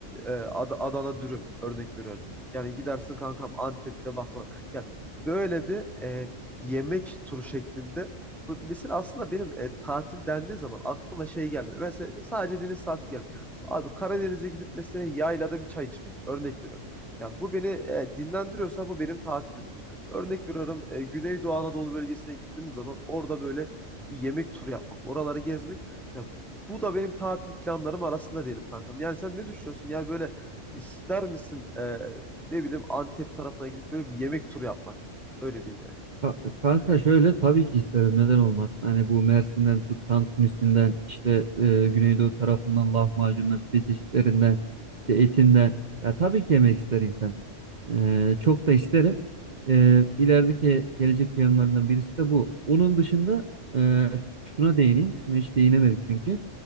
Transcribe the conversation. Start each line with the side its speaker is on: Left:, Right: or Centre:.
Centre: e, Ad- Adana dürüm örnek veriyorum. Yani gidersin kankam Antep'te baklava. Yani böyle bir e, yemek turu şeklinde. Bu, mesela aslında benim e, tatil dendiği zaman aklıma şey gelmiyor. Mesela sadece deniz tatili gelmiyor. Abi Karadeniz'e gidip mesela yaylada bir çay içmek örnek veriyorum. Ya bu beni e, dinlendiriyorsa bu benim tatilimdir. Örnek veriyorum e, Güneydoğu Anadolu bölgesine gittiğim zaman orada böyle bir yemek turu yapmak, oraları gezmek. Ya bu da benim tatil planlarım arasında diyelim kankam. Yani sen ne düşünüyorsun? Yani böyle ister misin e, ne bileyim Antep tarafına gidip böyle bir yemek turu yapmak? Öyle diyeyim yani.
Right: Ka- Kanka şöyle tabii ki isterim neden olmasın hani bu Mersin'den tut Tantunisinden işte e, Güneydoğu tarafından lahmacundan pide çeşitlerinden işte etinden ya tabii ki yemek ister insan E, çok da isterim e, ilerideki gelecek planlarından birisi de bu onun dışında e, şuna değineyim şuna hiç değinemedik çünkü